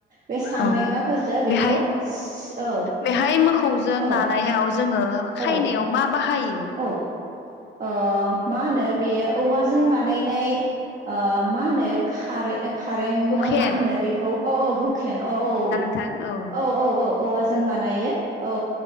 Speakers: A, on the right (about 45°); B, on the left (about 65°).
A: बे सान्देंगाफोरजों
B: औ
A: बेखौ
B: बेहाय
A: औ
B: बेहाय मोसौजों
A: औ
B: नानायाव जोङो
A: औ
B: खायनायाव मा बाहायो?
A: <inaudible> ओ मा होनो बेयो औवाजों बानायनाय ओ मा होनो खारै खारें
B: हुखेन
A: मा होनो बेखौ अ औ हुकेन अ औ
B: थां औ
A: औ औ औ औवाजों बानायो औ